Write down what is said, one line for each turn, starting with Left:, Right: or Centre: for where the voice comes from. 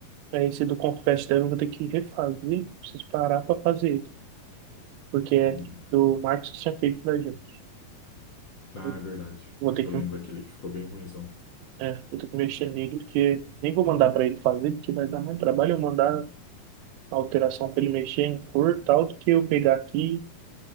Right: Aí esse do Confete dela eu vou ter que refazer, preciso parar pra fazer ele. Porque é
Left: Hum.
Right: do Marcos que tinha feito da gente.
Left: Ah,
Right: Eu
Left: é verdade.
Right: Vou ter
Left: Eu
Right: que,
Left: lembro aquele que ficou bem ruinzão.
Right: é, vou ter que mexer nele, porque nem vou mandar pra ele fazer, porque vai dar mais trabalho eu mandar a alteração pra ele mexer em cor e tal, do que eu pegar aqui